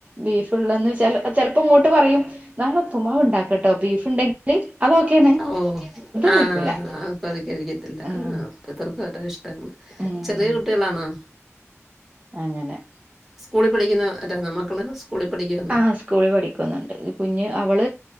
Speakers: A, on the right; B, in the centre.
A: ബീഫ് ഉള്ളന്ന് ചെല ചെലപ്പം ഇങ്ങോട്ട് പറയും നാളെ ഉപ്പുമാവ് ഉണ്ടാക്കട്ടോ ബീഫ് ഉണ്ടെ <inaudible>
B: ഓഹ് ആഹ്
A: കഴിക്കൂല
B: അപ്പത് കഴിക്കത്തില്ല
A: ഉം
B: ആഹ് <inaudible> ഇഷ്ടങ്ങൾ
A: ഉം
B: ചെറിയ കുട്ടികളാണോ
A: അങ്ങനെ
B: സ്കൂളിൽ പഠിക്കുന്ന ഇതാണ് മക്കള് സ്‌കൂളിൽ പഠിക്ക
A: ആഹ് സ്കൂളിൽ പഠിക്കുന്നുണ്ട് കുഞ്ഞ് അവൾ